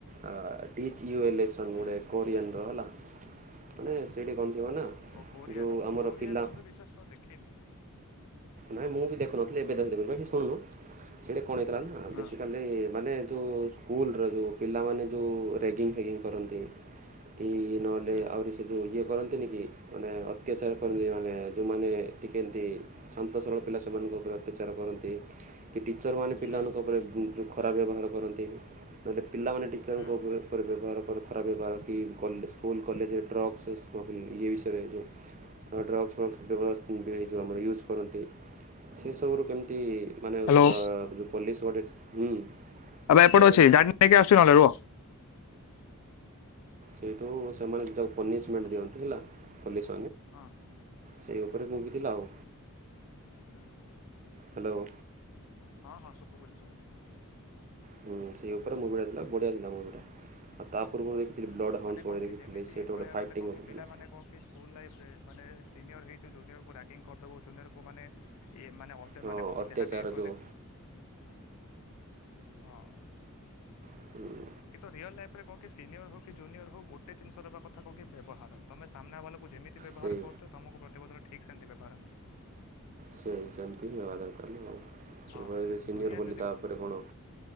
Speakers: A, on the right; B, on the left.
A: ଆ ଡିଜ୍ ୟୁ ଏ ଲେସନ୍
B: ହୁଁ
A: ଗୋଟେ କୋରିଆନର ହେଲା। ମାନେ ସେଇଠି କଣ ଥିବ ନା
B: ଓ କୋରିଆନ।
A: ଯୋଉ
B: ମୁଁ
A: ଆମର
B: କୋରିଆର
A: ପିଲା
B: ମୁଁ ବିଶେଷତ ଦେଖେନି।
A: ନାଇଁ ମୁଁ ବି ଦେଖୁନଥିଲି, ଏବେ ଦେଖ ଦେଖୁଚି। ବାକି ଶୁଣୁ ସେଟା କଣ ହେଇଥିଲା ନା
B: ହଁ
A: ବେସିକାଲି ମାନେ ଯେଉଁ ସ୍କୁଲର ଯେଉଁ ପିଲାମାନେ ଯେଉଁ ରେଗିଙ୍ଗ ଫ୍ୟାଗିଙ୍ଗ କରନ୍ତି କି ଇଏ ନହେଲେ
B: ହୁଁ
A: ଆହୁରି ସେ ଯେଁ ଇଏ କରନ୍ତିନି କି? ମାନେ ଅତ୍ୟାଚାର କରନ୍ତି ମାନେ ଯେଉଁମାନେ ଟିକେ ଏମତି ଶାନ୍ତ ସରଳ ପିଲା ସେମାନଙ୍କ ଉପରେ ଅତ୍ୟାଚାର କରନ୍ତି? ଟିଚର୍ ମାନେ ପିଲାମାନଙ୍କ
B: ହୁଁ
A: ଉପରେ ଉ ଖରାପ ବ୍ୟବହାର କରନ୍ତି। ନହେଲେ ପିଲାମାନେ ଟିଚରଙ୍କୁ
B: ହୁଁ।
A: ଉପରେ ଖରାପ ବ୍ୟବହାର ଖରାପ ବ୍ୟବହାର କି ସ୍କୁଲ୍ କଲେଜରେ ଡ୍ରଗ୍ସ ଇଏସବୁ ବିଷୟରେ ଯେଉଁ ଡ୍ରଗ୍ସଉଁ ଆମର ୟୁଜ୍ କରନ୍ତି ସେସବୁରୁ କେମିତି ମାନେ
B: ହ୍ୟାଲୋ
A: ଆଁ ପୋଲିସ ଗୋଟେ ହୁଁ।
B: ଆଉ ଏପଟ
A: ଶୁଣାଯାଉଛି
B: ଅଛି ଡାଡିକୁ ନେଇକି ଆସୁଚି ନହେଲେ ରୁହ।
A: ହୁଁ। ତୁ ସେମାନେ ନିକୁ ପନିସମେଣ୍ଟ
B: ହ୍ୟାଲୋ
A: ଦିଅନ୍ତି ହେଲା <unintelligible>
B: ହଁ।
A: ସେଇ ଉପରେ ମୁଙ୍ଗିଥିଲା ଆଉ
B: ହୁଁ ହୁଁ
A: ହ୍ୟାଲୋ।।
B: ହଁ ହଁ ଶୁବୁଚି ସୁବୁଚି।
A: ହୁଁ ସେଇ ଉପରେ ମୁଗ ଡାଲିଟା ବଢିଆ ଥିଲା ମୁଗ ଟା ଆଉ ତା ପୂର୍ବରୁ ଦେଖିଥିଲି
B: ହୁଁ
A: ବ୍ଲଡ଼
B: ହୁଁ
A: ହାଉଣ୍ଡସ୍
B: ମାନେ
A: ଗୋଟେ
B: କଣ
A: ଦେଖିଥିଲି
B: କି ଯେମିତି
A: ସେଇଟା
B: କହିବାକୁ
A: ଗୋଟେ ଫାଇଟିଙ୍ଗ
B: ଗଲେ କଣ
A: ଉପରେ
B: କି ପିଲାମାନେେ
A: ଥିଲା
B: କଣ କି ସ୍କୁଲ ଲାଇଫରେ ମାନେ ସେ ସିନିୟର୍ ହେଇଚୁ ଜୁନିୟରକୁ ରାଗିଙ୍ଗ୍ କରିଦବୁ ଜୁନିୟରକୁ ମାନେ ଇୟେ ମାନେ ଅତ
A: ହଁ
B: ମାନେ କଣ
A: ଅତ୍ୟାଚାର
B: କି ଯାହାବି କ
A: ଯୋଉ
B: ମାନେ ହଁ।
A: ହୁଁ।
B: କି ତ ରିୟଲ ଲାଇଫ୍ ରେ କଁ କି ସିନିୟର ହଉ କି ଜୁନିୟର ହଉ ଗୋଟେ ଜିନିଷ ର କଥା କଣ କି ବ୍ୟବହାର ତମେ ସାମ୍ନାବାଲାକୁ ମୁଁ ଯେମିତି ବ୍ୟବହାର
A: ସେଇ
B: କରୁଚ ତମକୁ ମ ଏତେ ବଦଳ ଠିକ୍ ସେମତି ବ୍ୟବହାର ମିଳିବ।
A: ସେଇ ସେମିତି ହିଁ ହେବା ଦରକାର ମୁଁ
B: ହଁ
A: କହିଲି ସିନିୟର
B: ଦୁନିଆରେ
A: ବୋଲି ତା ଉପରେ କଣ